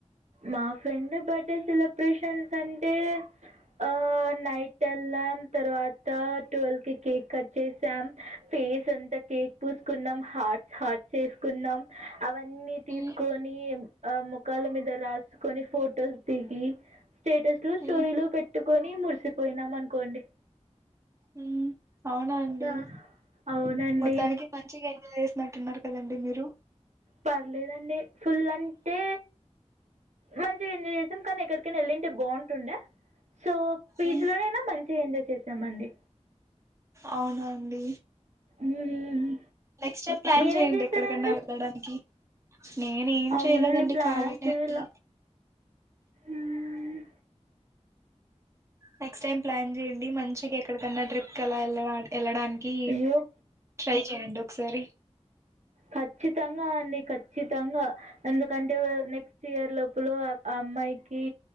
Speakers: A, on the right; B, on the right.
A: మా ఫ్రెండ్ బర్త్డే సెలబ్రేషన్స్ అంటే ఆ నైట్ల్ తర్వాత ట్వల్ కి కేక్ కట్ చేసాం ఫేస్ అంత కేక్ పూసుకున్నాం హార్ట్ హార్ట్స్ చేసుకున్నాం అవన్నీ తీసుకని
B: ఉమ్
A: ముఖాల మీద రాసుకని ఫొటోస్ దిగి స్టేటస్ లో స్టోరీలు
B: ఉమ్
A: పెట్ ట్టుకొని మురిసిపోయినాం అనుకోండి
B: హ అవునా అండి
A: ఆ, అవునండి
B: మొత్తానికి మంచిగా ఎంజాయ్ చేసినట్టున్నారు కదండి మీరు
A: పర్లేదండి ఫుల్ అంటే మంచిగా ఎంజాయ్ చేసాం కానీ ఎక్కడికైనా వెళ్ళింటే బాగుంటుండే సో పీజీలోనైనా
B: ఉమ్
A: మంచిగా ఎంజాయ్ చేసామండి
B: అవునా అండి
A: మ్మ్.
B: నెక్స్ట్ ప్లాన్
A: మీరేం
B: చేయండి
A: చేశారండి
B: ఎక్కడికైన్నా వెళ్ళడానికి నేను ఏం
A: అవునండి
B: చేయలేదండి
A: ప్లాన్
B: ఖాళీని
A: చేయాల
B: అండి
A: మ్మ్.
B: నెక్స్ట్ టైమ్ ప్లాన్ చేయడి మంచికి ఎక్కడికన్నా ట్రిప్ కి అలా వెళ్ళడానికి
A: అయ్యో
B: ట్రై చేయండి ఒకసారి
A: ఖచ్చితంగా అండి ఖచ్చితంగా ఎందుకంటే నెక్స్ట్ ఇయర్ లోపల అమ్మాయికి